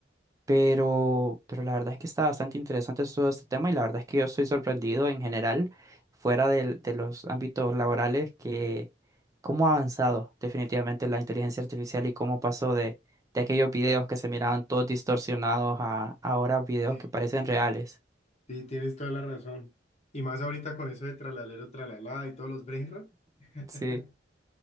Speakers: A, on the right; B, on the left.
A: Pero, pero la verdad es que está bastante interesante todo este tema y la verdad es que yo estoy sorprendido en general, fuera del- de, los ámbitos laborales, que cómo ha avanzado definitivamente la inteligencia artificial y cómo pasó de, de aquellos videos que se miraban todos distorsionados a ahora videos
B: Sí,
A: que parecen reales.
B: sí, tienes toda la razón. Y más ahorita con eso de tralalero, tralalá y todos los brain rot. <laughs>
A: Sí,